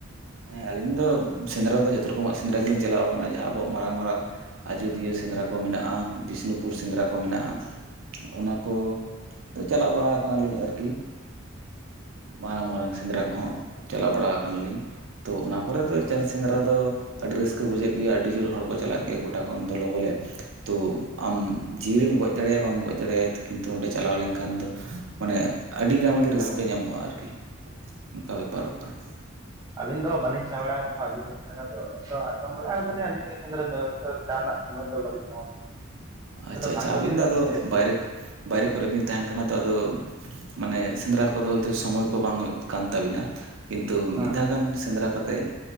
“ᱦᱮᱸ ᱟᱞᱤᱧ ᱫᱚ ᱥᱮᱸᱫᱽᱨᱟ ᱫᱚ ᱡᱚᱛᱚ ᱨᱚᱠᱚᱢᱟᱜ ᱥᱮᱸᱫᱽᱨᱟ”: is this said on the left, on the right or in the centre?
Right